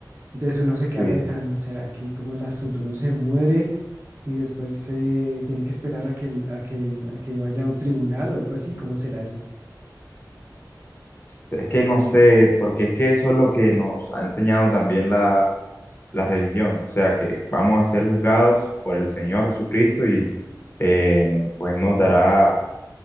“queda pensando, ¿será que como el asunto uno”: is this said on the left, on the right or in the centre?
Right